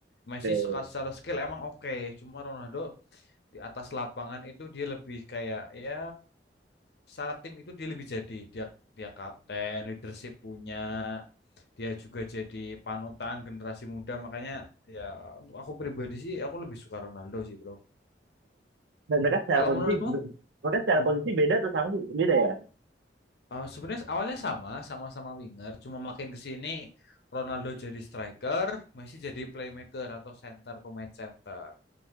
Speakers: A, on the left; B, on the right.
A: Messi
B: Oke.
A: seka- secara skill emang oke, cuma Ronaldo di atas lapangan itu dia lebih kayak ya secara tim itu dia lebih jadi dia dia kapten, leadership punya, dia juga jadi panutan generasi muda makanya ya untuk aku pribadi sih aku lebih suka Ronaldo sih bro.
B: Dan mereka secara
A: Kalau
B: posisi,
A: menurutmu?
B: mereka secara posisi beda tuh sama sih, beda ya?
A: Eh, sebenarnya awalnya sama, sama-sama winger, cuma makin ke sini Ronaldo jadi striker, Messi jadi playmaker atau center, pemain center.